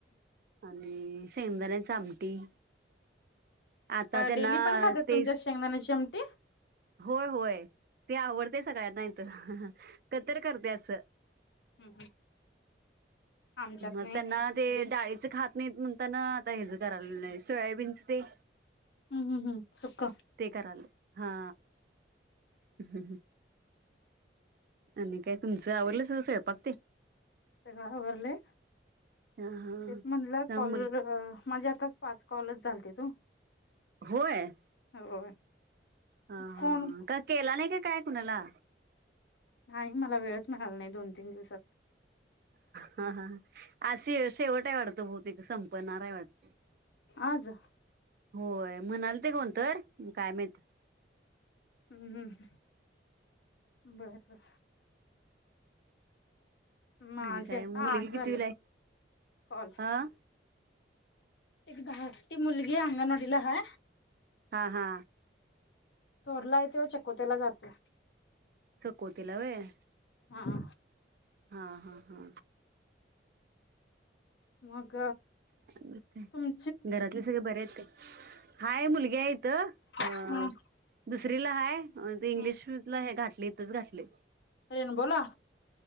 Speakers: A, on the right; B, on the left.
A: आणि शेंगदाण्याचं आमटी. आता त्यांना
B: डेली पण खातात
A: ते,
B: तुमच्या शेंगदाण्याची आमटी
A: होय होय. ते आवडतेय सगळ्यांना इथ हाहाहा कधी तर करतयं असं.
B: हम् आमच्यात
A: मग
B: नाही
A: त्यांना ते डाळीचं खात नाहीत, म्हणताना आता हेज करालोय <unintelligible> सोयाबीनचं ते
B: हम् हम् हम् सुक्क
A: -ते करालोय हा. हम ह ह. आणि काय तुमचं आवरल सगळं स्वंयपाक ते?
B: सगळं आवरलय.
A: हा हा
B: तेच म्हटलं
A: त्यामुळे
B: कॉल अ माझे आताच पाच कॉलच झालतीत ओ.
A: होय.
B: होय.
A: ह हा
B: कोण
A: ह का केला नाही, का काय कुणाला?
B: नाही मला वेळच मिळाल नाही, दोन- तीन दिवसात.
A: ह ह अस शेवट आहे वाटतं बहुतेक संपणार हाय वाटत.
B: आज.
A: होय, म्हणाल ते कोण तर काय माहित?
B: हम हम बरं बरं. माझे
A: आणि काय मुलगी
B: आठ झालेत,
A: कितवीला आहे
B: कॉल.
A: हा
B: एक धाकटी मुलगी अंगणवाडीला हाय.
A: हा हा.
B: थोरला हाय तो व चकोतेलां जातोय.
A: चकवतीला व्हयं.
B: हा हा.
A: हा हा हा.
B: मग
A: हा
B: तुम
A: घरातले सगळे बरे आहेत काय? हाय मुलगी आहे इथं अ
B: हा
A: दुसरीला हाय, ते
B: हा
A: इंग्लिशला स्कुल घातलयं इथचं घातलयं.
B: रेनबोला